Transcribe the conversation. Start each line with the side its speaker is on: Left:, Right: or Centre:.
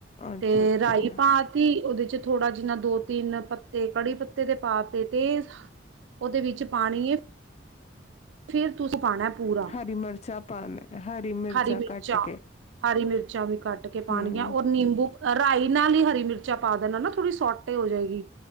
Left: ਅੱਛਾ-ਅੱਛਾ।
Right: ਤੇ ਰਾਈ ਪਾਤੀ, ਉਹਦੇ ਥੋੜ੍ਹਾ ਜਿਨਾ ਦੋ ਤਿੰਨ ਪੱਤੇ ਕੜੀ ਪੱਤੇ ਦੇ ਪਾ ਤੇ ਤੇ ਉਹਦੇ ਵਿੱਚ ਪਾਣੀ ਫਿਰ ਤੁਸੀਂ ਪਾਣਾ ਪੂਰਾ
Left: ਹਰੀ ਮਿਰਚਾਂ ਪਾਣਾ
Right: ਹਰੀ ਮਿਰਚਾਂ
Left: ਕੱਟ ਕੇ
Right: ਹਰੀ ਮਿਰਚਾਂ ਵੀ ਕੱਟ ਕੇ ਪਾਉਣਗੀਆਂ
Left: ਹੂੰ
Right: ਔਰ ਨਿੰਬੂ ਰਾਈ ਨਾਲ ਹੀ ਹਰੀ ਮਿਰਚ ਮਿਰਚਾਂ ਪਾ ਦੇਣਾ ਹਨ ਨਾ ਥੋੜੀ ਸੋਟ ਤੇ ਹੋ ਜਾਏਗੀ